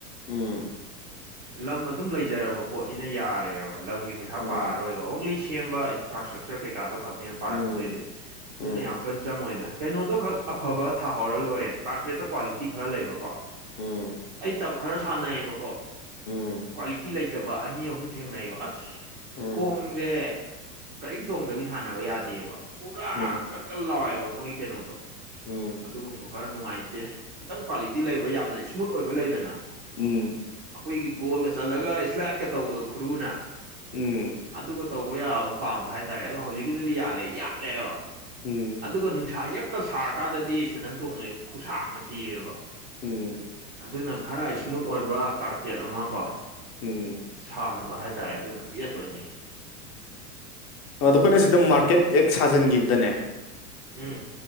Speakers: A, on the left; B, on the right.
A: ꯎꯝ
B: ꯂꯝ ꯑꯗꯨꯝ ꯂꯩꯖꯔꯕ ꯄꯣꯠꯅꯤꯅ ꯌꯥꯔꯦꯕ ꯂꯝꯒꯤ ꯄꯩꯁꯥ
A: ꯎꯝ
B: ꯄꯥꯔꯔꯣꯏ ꯕ ꯑꯣꯡꯂꯤ ꯁꯦꯝꯕ ꯏꯟꯐ꯭ꯔ꯭ꯇ꯭ꯔꯛꯆꯔ ꯀꯩꯀꯥꯗꯣ ꯈꯛꯅꯦ ꯄꯥꯔꯛꯀꯗꯣꯏꯁꯦ
A: ꯎꯝ
B: ꯑꯗꯨꯅ
A: ꯎꯝ
B: ꯌꯥꯝ ꯀꯟꯅ ꯆꯪꯉꯣꯏꯗ ꯀꯩꯅꯣꯗꯣ ꯈꯛ ꯑꯐꯕ ꯊꯥꯍꯧꯔ ꯂꯣꯏꯔꯦꯗ ꯀꯥꯔꯄꯦꯠꯇ ꯀ꯭ꯋꯥꯂꯤꯇꯤ ꯈꯔ ꯂꯩꯕꯀꯣ
A: ꯎꯝ
B: ꯑꯩ ꯇꯞ ꯈꯔ ꯁꯥꯟꯅꯩꯌꯦꯕꯀꯣ
A: ꯎꯝ
B: ꯀ꯭ꯋꯥꯂꯤꯇꯤ ꯂꯩꯇꯕ ꯑꯅꯤ ꯑꯍꯨꯝ ꯊꯦꯡꯅꯩꯌꯦꯕ ꯑꯁ
A: ꯎꯝ
B: ꯈꯣꯡꯁꯦ ꯀꯔꯤꯝꯇꯣꯡꯗꯕꯤ ꯁꯥꯟꯅꯕ ꯌꯥꯗꯦꯕ ꯄꯨꯔꯥ
A: ꯎꯝ
B: ꯀꯟ ꯀꯟ ꯂꯥꯎꯋꯦꯕ ꯃꯣꯏꯒꯤ ꯀꯩꯅꯣꯗꯣ
A: ꯎꯝ ꯎꯝ
B: ꯑꯗꯨꯒꯨꯝꯕꯗꯣ ꯈꯔ ꯅꯨꯡꯉꯥꯏꯇꯦ ꯈꯤꯇꯪ ꯀ꯭ꯋꯥꯂꯤꯇꯤ ꯂꯩꯕ ꯌꯥꯝꯅ ꯏꯁꯃꯨꯠ ꯑꯣꯏꯕ ꯂꯩꯗꯅ
A: ꯎꯝ
B: ꯑꯩꯈꯣꯏꯒꯤ ꯒꯣꯜꯒ ꯆꯠꯂꯒ ꯏꯁꯂꯥꯏꯠꯀ ꯇꯧꯕꯗꯣ ꯈꯨꯔꯨꯅ
A: ꯎꯝ
B: ꯑꯗꯨꯒ ꯇꯧꯕ ꯌꯥꯕꯗꯣ ꯄꯥꯝꯕ ꯍꯥꯏꯇꯥꯔꯦ ꯑꯗꯣ ꯍꯧꯖꯤꯛꯀꯤꯗꯨꯗꯤ ꯌꯥꯗꯦ ꯌꯥꯠꯂꯦꯕ
A: ꯎꯝ
B: ꯑꯗꯨꯒ ꯅꯨꯡꯁꯥ ꯌꯛꯀ ꯁꯥꯔꯀꯥꯟꯗꯗꯤ ꯁꯦꯟꯗꯟ ꯊꯣꯡꯕꯁꯦ ꯈꯨꯁꯥ ꯑꯃ ꯊꯤꯌꯦꯕ
A: ꯎꯝ
B: ꯑꯗꯨꯅ ꯈꯔ ꯏꯁꯃꯨꯠ ꯑꯣꯏꯕ ꯀꯥꯔꯄꯦꯠ ꯑꯃ ꯀꯣ
A: ꯎꯝ
B: ꯁꯥꯍꯟꯕ ꯍꯥꯏꯇꯥꯔꯦ ꯑꯗꯨꯅ ꯕꯦꯁ ꯑꯣꯏꯅꯤ
A: ꯑꯗꯣ ꯑꯩꯈꯣꯏꯅ ꯁꯤꯗ ꯃꯥꯔꯀꯦꯠ ꯍꯦꯛ ꯁꯥꯖꯟꯈꯤꯕꯗꯅꯦ
B: ꯎꯝ